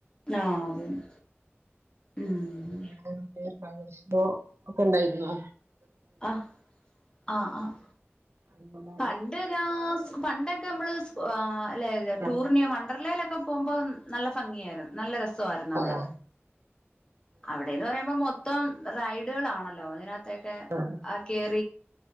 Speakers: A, on the left (about 20°); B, on the right (about 65°).
A: ആഹ് അതന്നെ ഉം
B: <unintelligible> ഫ്ലവർ ഷോ ഒക്കെണ്ടായിരുന്നോ
A: അഹ് ആഹ് ആഹ്
B: അടിപൊളിയാ
A: പണ്ട് ഞാ സ് പണ്ടൊക്കെ നമ്മള് സ് ആ അല്ലെ
B: ആഹ്
A: ടൂറിന് വണ്ടർലേയിലൊക്കെ പോകുമ്പം നല്ല ഭംഗിയായിരുന്നു നല്ല രസവായിരുന്നു
B: ആഹ്
A: അവിടെ അവിടെന്ന് പറയുമ്പോ മൊത്തം റൈഡുകളൾാണല്ലോ അതിനകത്തൊക്കെ
B: ആഹ്
A: ആ കേ